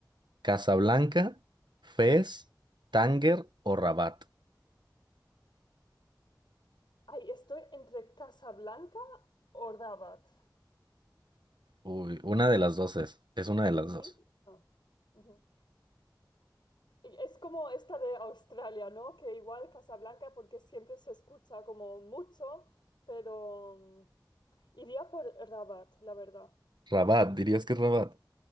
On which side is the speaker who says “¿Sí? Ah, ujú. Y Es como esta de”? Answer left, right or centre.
Left